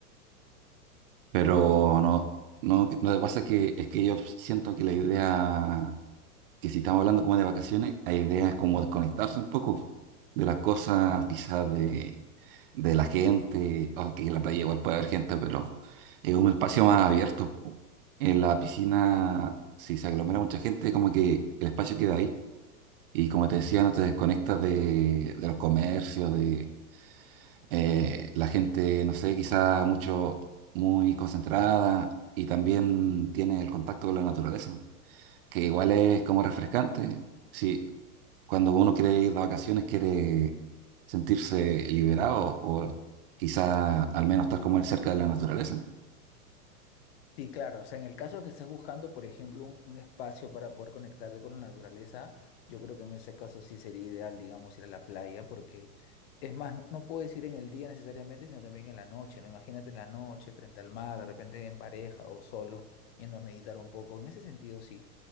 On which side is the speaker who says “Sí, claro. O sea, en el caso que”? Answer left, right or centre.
Left